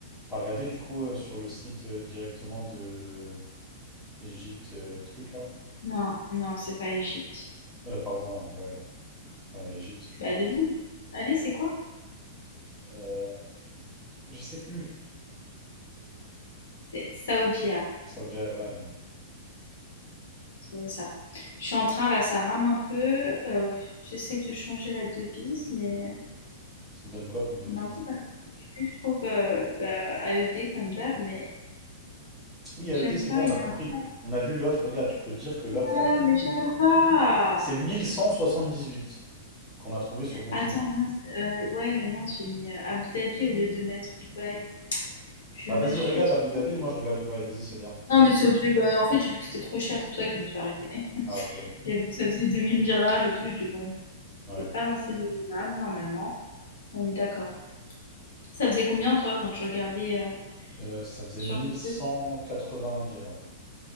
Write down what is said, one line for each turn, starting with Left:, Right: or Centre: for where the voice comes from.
Centre: T'as regardé du coup euh, sur le site euh, directement de euh, Égypte euh, truc là?
Left: Non, non, c'est pas Égypte.
Centre: Euh, pardon, euh, ouais, ouais, Égypte c'est chaud.
Left: Bah devine. Allez, c'est quoi?
Centre: Euh, je sais plus.
Left: C'est Saoudia,
Centre: Saudi Airlines, ouais.
Left: c'est ça. Je suis en train là, ça rame un peu. euh, pff, j'essaie de changer la devise, mais
Centre: Ça te donne quoi comme devise?
Left: on est un peu mal foutu, je trouve, euh, bah, AED comme d'hab, mais
Centre: Oui,
Left: j'aime
Centre: AED, c'est bon,
Left: pas. Il
Centre: on a
Left: est
Centre: compris.
Left: un peu mal-
Centre: On a vu l'autre, regarde, tu peux te dire que l'autre
Left: Ah,
Centre: là,
Left: mais j'aime pas.
Centre: c'est 1178 qu'on a trouvé sur Booking.
Left: Attends, mince, euh, ouais, mais mince, j'ai mis euh, Abu Dhabi au lieu de mettre Dubaï. Je
Centre: Bah
Left: me
Centre: vas-y,
Left: suis
Centre: regarde Abu
Left: trompée.
Centre: Dhabi et moi je regarde Dubaï, vas-y, c'est bien.
Left: Non, mais ça faisait, bah, en fait, j'ai vu que c'était trop cher, c'est pour ça que je me suis arrêtée. <laughs>
Centre: Ah ok,
Left: J'ai vu que ça faisait 2000 dirhams et tout, je dis bon.
Centre: ouais.
Left: C'est pas dans ces zones-là, normalement. On est d'accord. Ça faisait combien, toi, quand tu regardais euh,
Centre: Euh, ça faisait
Left: sur le truc?
Centre: 1180 dirhams.